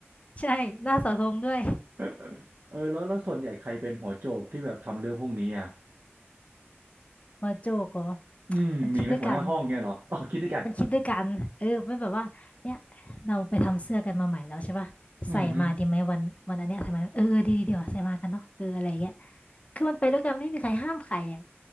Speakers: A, on the left; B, on the right.
A: ใช่หน้าเสาธงด้วย
B: <laughs> เออแล้วแล้วส่วนใหญ่ใครเป็นหัวโจกที่แบบทำเรื่องพวกนี้อ่ะ
A: หัวโจกเหรอ
B: อืมมีไหมหัวหน้าห้องเงี้ยเหรอ
A: มันคิดด้วยกัน
B: <laughs> อ๋อคิดด้วยกัน
A: มันคิดด้วยกันเออมันแบบว่าเนี่ยเราไปทำเสื้อกันมาใหม่แล้วใช่ปะใส่มาดีไหมวันวันอันเนี้ยใส่มาเออดีดีดีว่ะใส่มากันเนาะเอออะไรเงี้ย
B: <laughs> อืมฮึ
A: คือมันไปด้วยกันไม่มีใครห้ามใครอ่ะ